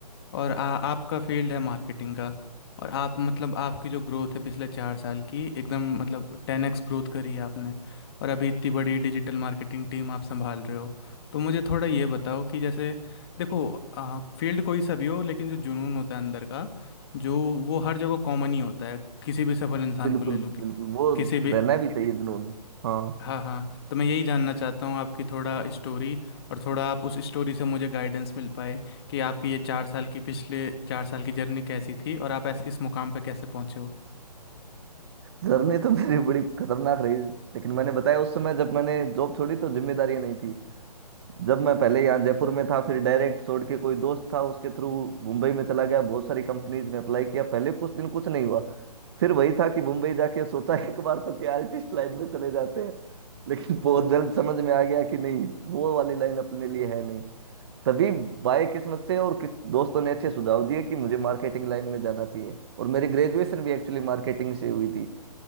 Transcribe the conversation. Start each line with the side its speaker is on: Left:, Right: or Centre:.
Left: और आ, आपका फील्ड है मार्केटिंग का और आप मतलब आपकी जो ग्रोथ है पिछले चार साल की एकदम मतलब टेन एक्स ग्रोथ करी है आपने और अभी इतनी बड़ी डिजिटल मार्केटिंग टीम आप संभाल रहे हो तो मुझे थोड़ा ये बताओ कि जैसे देखो आ, फील्ड कोई सा भी हो लेकिन जो जुनून होता है अंदर का जो वो हर जगह कॉमन ही होता है किसी भी सफल इंसान
Right: बिल्कुल
Left: को ले लो कि,
Right: बिल्कुल वो
Left: किसी भी
Right: रहना भी चाहिए जुनून हाँ
Left: हाँ हाँ तो मैं यही जानना चाहता हूँ आपकी थोड़ा स्टोरी और थोड़ा आप उस स्टोरी से मुझे गाइडेंस मिल पाए कि आपकी ये चार साल की पिछले चार साल की जर्नी कैसी थी और आप ऐसे इस मुकाम पे कैसे पहुँचे हो
Right: जर्नी तो मेरी बड़ी खतरनाक रही लेकिन मैंने बताया उस समय जब मैंने जॉब छोड़ी तो जिम्मेदारियां नहीं थी जब मैं पहले यहाँ जयपुर में था फिर डायरेक्ट छोड़ के कोई दोस्त था उसके थ्रू मुंबई में चला गया बहुत सारी कंपनीज में अप्लाई किया पहले कुछ दिन कुछ नहीं हुआ फिर वही था कि मुंबई जाके सोचा एक बार तो क्या आर्टिस्ट लाइन में चले जाते हैं लेकिन बहुत जल्द समझ में आ गया कि नहीं वो वाली लाइन अपने लिए है नहीं तभी बाय किस्मत से और किस दोस्तों ने अच्छे सुझाव दिए कि मुझे मार्केटिंग लाइन में जाना चाहिए और मेरी ग्रेजुएशन भी एक्चुअली मार्केटिंग से हुई थी